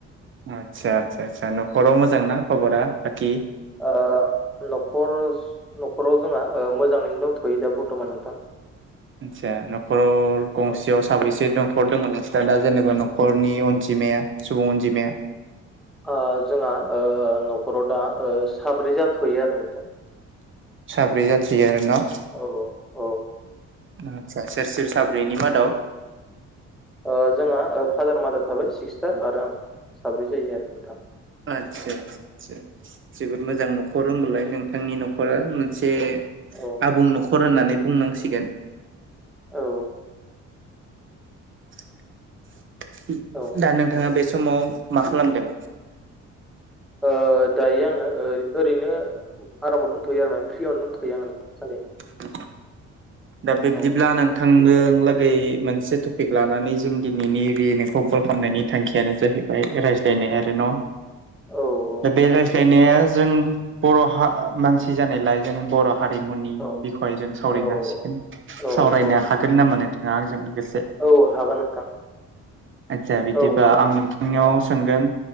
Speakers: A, on the right (about 40°); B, in the centre.
A: आदसा आसा आसा न'खराव मोजां ना खबरा बाखि?
B: ओ। न'खर न'खराव जोंहा मोजाङैनो दंथ'यो दा बरथ'मान नोंथां।
A: आदसा न'खराव गंसेयाव
B: औ
A: साबैसे दं? न'खर दं नोंस्रा दा जेनेबा न'खरनि अनजिमाया सुबुं अनजिमाया?
B: ओ जोंहा ओ न'खराव दा ओ साब्रै जाथ'यो आरो नोंथां।
A: साब्रै जाथ'यो आरो न'?
B: औ औ
A: आतसा सोर सोर साब्रैनि मादाव?
B: ओ जोंहा फादार मादार थाबाय सिस्टार आरो आं साब्रै जायो आरो नोंथां।
A: आदसा आदसा जोबोद
B: औ
A: मोजां न'खर होमबालाय। नोंथांनि न'खरा मोनसे
B: औ
A: आबुं न'खर होननानै बुंनांसिगोन।
B: औ।
A: <inaudible>
B: औ
A: दा नोंथाङा बे सम समाव मा खालामदों?
B: ओ दायो आङो ओ ओरैनो आरामाव दंथ'यो आरो माने फ्रियावनो दंथ'यो आं माने।
A: <inaudible> दा बिब्दिब्ला
B: औ
A: नोंथा बुंनो लागै मोनसे टपिक लानानै जों दिनैनि बे नोंखौ कल खालामनायनि थांखियानो जाहैबाय ओमफ्राय रायज्लायनाय आरो न'?
B: औ
A: दा बे
B: नोंथां
A: रायज्लायनाया जों बर' हा-मानसि जानायलाय जों बर' हारिमुनि
B: औ
A: बिखय जों सावरायनो
B: औ
A: हासिगोन
B: औ
A: सावरायनो
B: औ
A: हागोन नामा नोंथाङा आंजों एसे? <inaudible>
B: औ हागोन नोंथां
A: आदसा बिदिबा
B: औ हागोन
A: आं
B: नोंथां
A: नोंथांनिआव सोंगोन